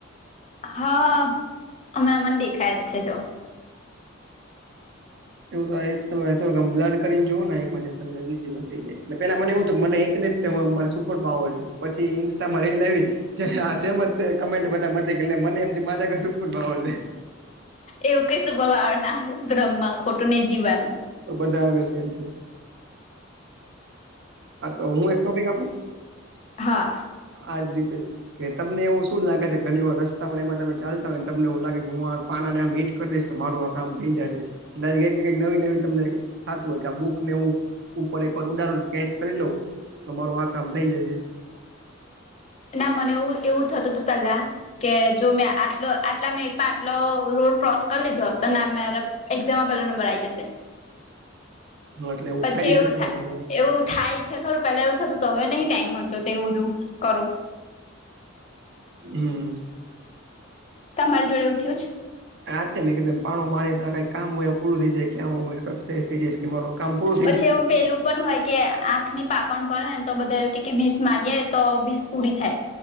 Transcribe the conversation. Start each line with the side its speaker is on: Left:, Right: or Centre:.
Left: હા હમણાં મને દેખાય જ છે જો
Right: એવું તો તમે થોડુંમ બડ કરીને જ એક ત વિઝબલઈ જાય એટલે પેલા મને એવું હતું મને એકને મારે સુપર પાવર છે પછી ઇન્સ્ટામાં રીલ આવી ગઈ આ સેમત કમેન્ટ બધા મ કેટલે મને એમ મારા ઘર સુપર પાવર છે.
Left: એવું કઇ સુપર પાવર ના હોય બ્રહ્માં ખોટું નહીં જીવવાનું
Right: તો બધા આગળ છે એમ કે આા તો હું એક ટોપિક આપું
Left: હા
Right: આજ રીતે કે તમને એવું શું લાગે છે ઘણી વાર રસ્તા ઓ એમાં તમે ચાલતા હોયને તમને એવું લાગે ગુમાવ પાણાને આમ હીટ કરી દઈશ તો તમારું આ કામ થઈ જશે ન કઈક ને કઈક નવી નવી તમને થતું હોય કે આ બુક ને હું ઉપર એક વાર ઉંડારુ ન કેચ કરી લઉ તો મારું આ કામ થઈ જશે
Left: ના મને એવું એવું થતું તું પેલા કે જો મેં આટલો આટલા મિનિટમાં આટલો રોડ ક્રોસ કરી લીધો હતો ના મે એક્ઝામમા પેહલો નંબર આઈ જસે
Right: હા એટલે
Left: પછી
Right: થઈ
Left: એવું
Right: શકે
Left: થાય
Right: એમ છે
Left: એવું થાય છે. થોડું પેલા એવું થતું તો હવે નહી ટાઈમ મળતો તો એવું બધું કરું
Right: હમ
Left: તમારી જોડે એવું થયું છે.
Right: હાતે મેં કીધું પણ મારી કંઈક કામ હોય પુરુ થઈ જાય કે સક્સેસ થઈ જઈશ કે મારું આ કામ પુરુ
Left: પછી એવુ પેલું પણ હોય કે આંખની પાપણ પરેને તો બધા એવું કે કે વીસ માંગે તો વીસ પૂરી થાય